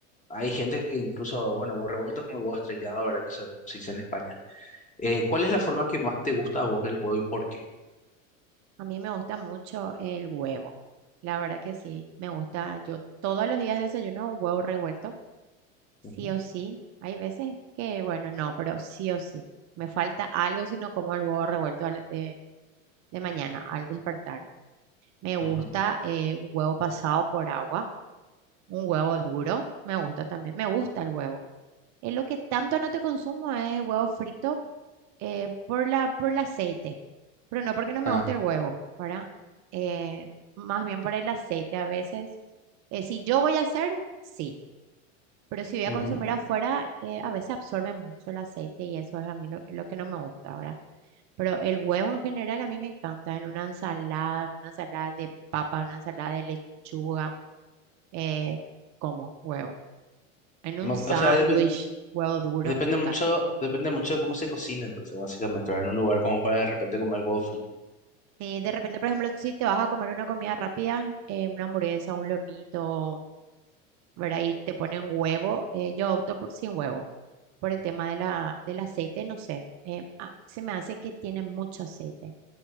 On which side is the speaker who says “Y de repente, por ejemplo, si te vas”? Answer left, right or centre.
Right